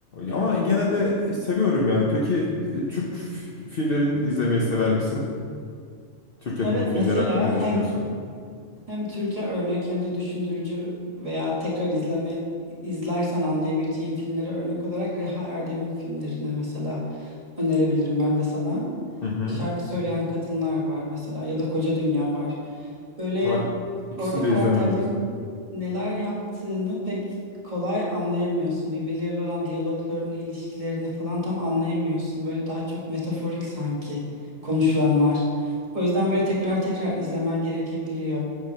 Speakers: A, on the left (about 50°); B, on the right (about 25°).
A: Ama
B: hı hı.
A: gene de seviyorum yani. Peki e, Türk f- filmlerini izlemeyi sever misin? Türk yapımı
B: Evet
A: filmler
B: mesela
A: hakkında
B: hem
A: ne düşünüyorsun?
B: Hem Türkiye örnek hem de düşündürücü veya tekrar izleme izlersen anlayabileceğin filmlere örnek olarak Reha Erdem'in filmlerinde mesela önerebilirim ben de sana
A: Hı hı.
B: şarkı söyleyen kadınlar var mesela ya da Koca Dünya var. Böyle
A: Ay, ikisini
B: orada
A: de
B: karakterlerin
A: izlemedim.
B: neler yaptığını pek kolay anlayamıyorsun. Birbirleriyle olan diyaloglarını, ilişkilerini falan tam anlayamıyorsun. Böyle daha çok metaforik sanki konuşulanlar. O yüzden böyle tekrar tekrar izlemen gerekebiliyor.